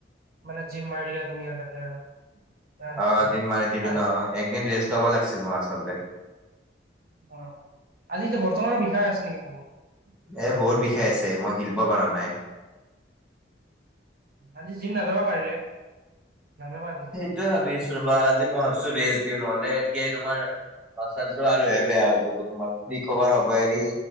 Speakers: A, on the right; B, in the centre.
A: মানে জিম মাৰিয়া তুমি ই তাতে আৰু। আচ্ছা।
B: অঁ জিম মাৰি দিলো
A: আ,
B: ন একদিন ৰেষ্ট ল'ব লাগিছিল মই আচলতে।
A: অঁ আজি এতিয়া বৰ্তমানৰ বিষয়া আছে নেকি বহুত।
B: এ
A: মানে
B: বহুত বিষাই আছে মই হিলবো পৰা নাই।
A: আজি জিম নাযাবা পাৰিলে নাযাবাআজি জিম।
B: এইটো ভাবি আছো ৰবা আজি মই ভাবিছো ৰেষ্ট দিওঁ নহ'লে এনকে তোমাৰ মাচলটো আৰু বেয়া হৈ যাব তোমাৰ ৰিকভাৰ হব এৰি।